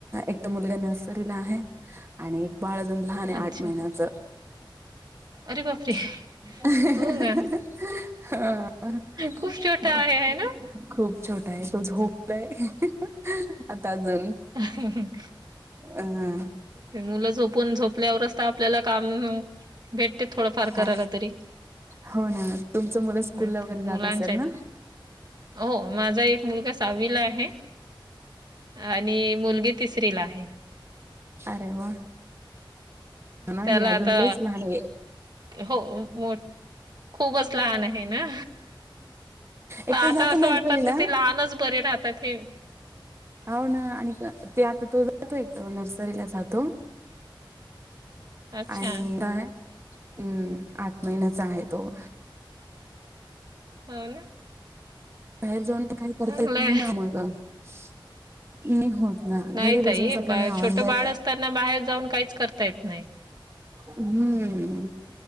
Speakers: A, on the right; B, on the right.
A: एकट मुलगा नर्सरीला आहे आणि बाळाजण लहान आहे
B: अच्छा.
A: आठ महिन्याच अ
B: अरे बापरे! हो
A: हा
B: का?
A: हो
B: खूप छोटा आहे, आहे ना?
A: खूप छोटा आहे तो झोपला आहे आता अजून
B: ह
A: हं
B: मुलं झोपून झोपल्यावरच तर आपल्याला काम भेटते थोडंफार
A: हा
B: करायला तरी
A: हो ना तुमचं मुलं स्कूल
B: नाहीतर
A: ला वगैरे
B: मुलांच्या
A: जात असेल ना
B: हो माझा एक मुलगा सावीला आहे आणि मुलगी तिसरी ला आहे
A: अरे वा ना
B: त्याला
A: हे अजून
B: आता
A: लच लहान आहे
B: हो मो खूपच लहान आहे ना म
A: एक
B: आता
A: तर जातो
B: असं
A: नर्सरीला
B: वाटतात क ते लहानच बरे राहतात ता ते
A: हो ना आणि ते आता तो जातो एक नर्सरीला जातो
B: अच्छा
A: आणि काय हम् आठ महिन्याच आहे तो
B: ह ना
A: बाहेर जेऊन ते काही करता
B: चांगलंय.
A: येत नाही ना आमग नाही होत ना
B: नाही
A: घरी
B: ताई
A: बसूनच आपल्यालावन
B: बा छोटं
A: द्यायच
B: बाळ असताना बाहेर जाऊन काहीच करता येत नाही
A: हम्म